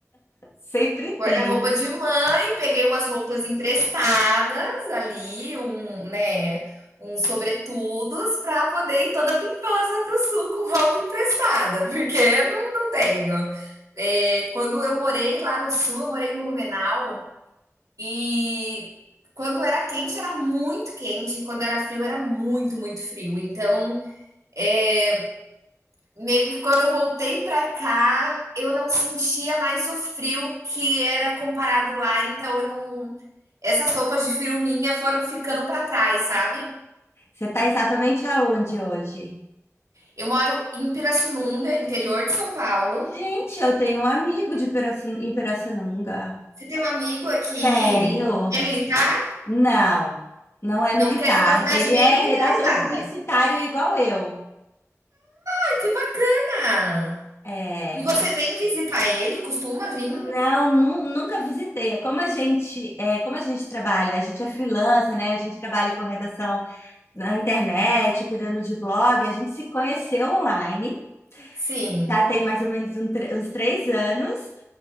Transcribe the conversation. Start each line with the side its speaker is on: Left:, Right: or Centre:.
Left: Sempre
Right: guarda-roupa
Left: tem.
Right: de mãe, peguei umas roupas emprestadas ali, um né, uns sobretudos para poder ir toda pimposa pro sul com roupa emprestada, porque eu não não tenho. Eh, quando eu morei lá no sul, eu morei em Blumenau, e quando era quente, era muito quente, e quando era frio, era muito, muito frio. Então, é, meio que quando eu voltei para cá, eu não sentia mais o frio que era comparado lá, então eu não essas roupas de frio minha foram ficando para trás, sabe?
Left: Você está exatamente aonde hoje?
Right: Eu moro em Pirassununga, interior de São Paulo.
Left: Gente, eu tenho um amigo de Pirassu- em Pirassununga.
Right: Você tem um amigo aqui
Left: Tenho.
Right: é militar?
Left: Não, não é militar.
Right: Não, porque aqui é uma cidade
Left: Ele
Right: bem
Left: é
Right: militarizada.
Left: redator publicitário igual eu.
Right: Ai, que bacana!
Left: É,
Right: E você vem visitar ele? Costuma vir?
Left: não, nu- nunca visitei. É como a gente, é como a gente trabalha. A gente é freelancer, né? A gente trabalha com redação na internet, cuidando de blog. A gente se conheceu online.
Right: Sim,
Left: Já tem mais ou menos um tre- uns três anos.